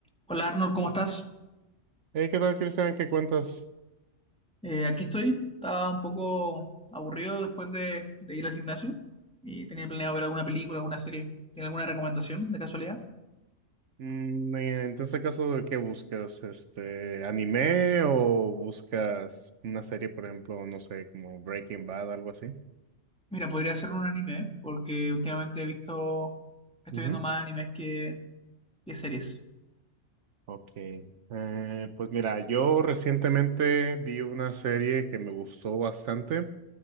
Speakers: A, in the centre; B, on the right.
A: Hola Arnold, ¿cómo estás?
B: Hey, ¿qué tal, Cristian? ¿Qué cuentas?
A: Eh, aquí estoy. Estaba un poco aburrido después de, de ir al gimnasio y tenía planeado ver alguna película, alguna serie. ¿Tiene alguna recomendación de casualidad?
B: Mm, eh, en este caso, ¿qué buscas? Este, ¿anime o buscas una serie, por ejemplo, no sé, como Breaking Bad, algo así?
A: Mira, podría ser un anime, ¿eh? porque últimamente he visto, estoy
B: Ujú.
A: viendo más animes que, que series.
B: Ok. Eh, pues mira, yo recientemente vi una serie que me gustó bastante.